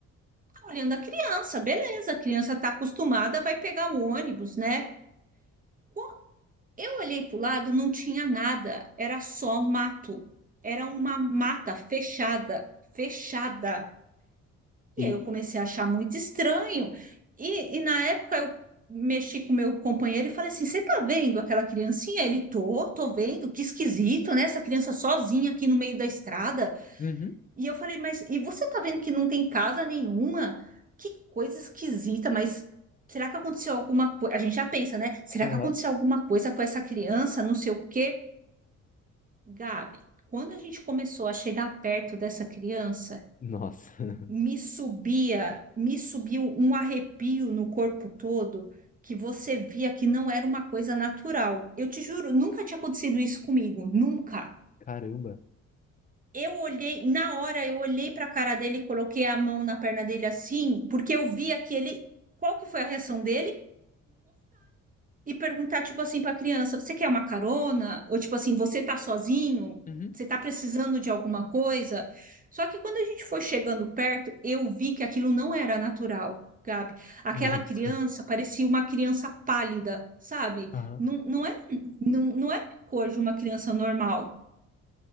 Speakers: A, on the right; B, on the left.
A: tá olhando a criança, beleza, a criança tá acostumada, vai pegar o ônibus, né? Bom, Eu olhei para o lado, não tinha nada, era só mato, era uma mata fechada, fechada.
B: E,
A: E aí eu comecei a achar muito estranho. E, e na época eu mexi com meu companheiro e falei assim: você tá vendo aquela criancinha? Ele tô, tô vendo, que esquisito, né? Essa criança sozinha aqui no meio da estrada.
B: uhum,
A: E eu falei, mas e você tá vendo que não tem casa nenhuma? Que coisa esquisita, mas. Será que aconteceu alguma coisa? A gente já pensa, né? Será
B: aham,
A: que aconteceu alguma coisa com essa criança? Não sei o quê. Gabi, quando a gente começou a chegar perto dessa criança,
B: nossa, <laughs>
A: me subia, me subiu um arrepio no corpo todo que você via que não era uma coisa natural. Eu te juro, nunca tinha acontecido isso comigo, nunca.
B: caramba,
A: Eu olhei, na hora eu olhei para a cara dele e coloquei a mão na perna dele assim, porque eu via que ele, qual que foi a reação dele? e perguntar, tipo assim, para a criança: você quer uma carona? Ou tipo assim, você tá sozinho?
B: uhum,
A: Você tá precisando de alguma coisa? Só que quando a gente foi chegando perto, eu vi que aquilo não era natural, Gabi. Aquela
B: nossa,
A: criança parecia uma criança pálida, sabe?
B: aham,
A: Não, não é, não, não era a cor de uma criança normal.